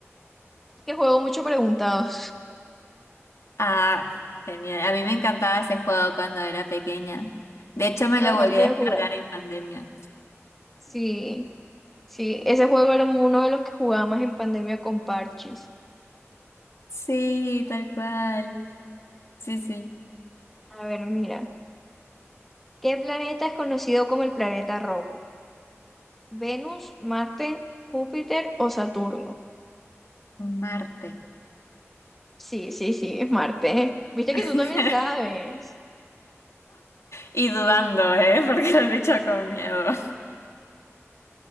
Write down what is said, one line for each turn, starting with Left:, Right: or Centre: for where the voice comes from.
Centre: Es que juego mucho preguntados.
Left: Ah, genial. A mí me encantaba ese juego cuando era pequeña. De hecho,
Centre: <laughs>
Left: me
Centre: Lo
Left: lo
Centre: dejaste
Left: volví a
Centre: de
Left: descargar
Centre: jugar.
Left: en pandemia.
Centre: Sí, sí, ese juego era uno de los que jugaba más en pandemia con Parchis.
Left: Sí, tal cual. Sí, sí.
Centre: A ver, mira. ¿Qué planeta es conocido como el planeta rojo? ¿Venus, Marte, Júpiter o Saturno?
Left: Marte.
Centre: Sí, sí, sí, es Marte. Viste
Left: <laughs>
Centre: que tú también sabes.
Left: Y dudando, ¿eh? Porque lo he dicho con miedo.